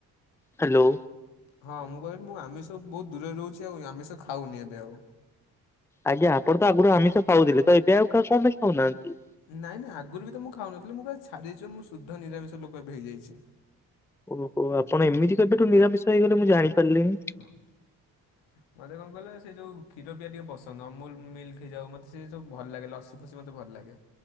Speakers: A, in the centre; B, on the left.
A: ହ୍ୟାଲୋ
B: ହଁ ମୁଁ କହିଲି ମୁଁ ଆମିଷ ବହୁତ ଦୂରରେ ରହୁଛି, ଆଉ ଆମିଷ ଖାଉନି ଏବେ ଆଉ।
A: ଆଜ୍ଞା ଆପଣ ତ ଆଗରୁ ଆମିଷ ଖାଉଥିଲେ, ତ ଏବେ ଆଉ କଣ ପାଇଁ ଖାଉନାହାନ୍ତି?
B: ନାଇଁ ନାଇଁ ଆଗରୁ ବି ତ ମୁଁ ଖାଉନଥିଲି। ମୁଁ ପୁରା ଛାଡ଼ିଦେଇଛି ପା। ମୁଁ ଶୁଦ୍ଧ ନିରାମିଷ ଲୋକ ଏବେ ହେଇଯାଇଚି।
A: ଓହୋ। ଆପଣ ଏମିତି କେବେଠୁ ନିରାମିଷ ହେଇଗଲେ ମୁଁ ଜାଣିପାରିଲିିନି?
B: <inaudible> ମତେ କଣ କହିଲେ, ସେ ଯୋଉ କ୍ଷୀର ପିଆ ଟିକେ ପସନ୍ଦ। ଅମୁଲ ମିଲ୍କ ହେଇଯାଉ, ମତେ ସେ ସବୁ ଭଲ ଲାଗେ। ଲସ <unintelligible> ମୋତେ ଭଲ ଲାଗେ।